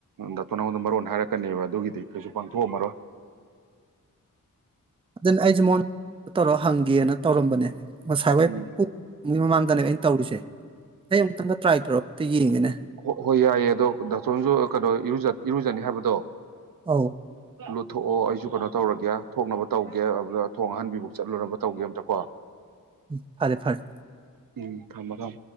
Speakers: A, on the right; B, on the right.
A: ꯗꯥꯛꯇꯔ ꯅꯉꯣꯟꯗ ꯃꯔꯣꯟ ꯍꯥꯏꯔꯛꯀꯅꯦꯕ ꯑꯗꯨꯒꯤꯗꯤ ꯀꯩꯁꯨ ꯄꯥꯡꯊꯣꯛꯑꯝꯃꯔꯣꯏ
B: ꯑꯗꯨꯅ ꯑꯩꯖꯃꯣꯟꯣꯟ ꯇꯧꯔꯣ ꯍꯪꯒꯦꯅ ꯇꯧꯔꯝꯕꯅꯦ ꯁꯥꯏꯩꯥꯡ
A: ꯎꯝ
B: ꯅꯦ ꯏ ꯇꯧ ꯎꯁꯦ ꯏꯩ ꯇ꯭ꯔꯥꯏꯔꯣ ꯌꯦꯡꯒꯦꯅꯦ
A: ꯍ ꯍꯣꯏ ꯌꯥꯏꯑꯌꯦ ꯑꯗꯣ ꯗꯥꯁꯣꯟꯁꯨ ꯀꯩꯅꯣ ꯏꯔ ꯏꯔꯨꯖꯅꯤ ꯍꯥꯏꯕꯗꯣ
B: ꯑꯧ
A: ꯂꯨꯊꯣꯛꯑꯣ ꯑꯩꯁꯨ ꯀꯩꯅꯣ ꯇꯧꯔꯒꯦ ꯊꯣꯡꯅꯕ ꯇꯧꯒꯦ ꯑꯗꯨꯗ ꯊꯣꯡ ꯑꯍꯟꯕꯤꯕꯨꯨꯛ ꯆꯠꯂꯨꯅꯕ ꯇꯧꯒꯦ ꯑꯝꯇ ꯀꯣ
B: ꯎ ꯐꯔꯦ ꯐꯔꯦ
A: ꯎꯝ ꯊꯝꯕ ꯊꯝ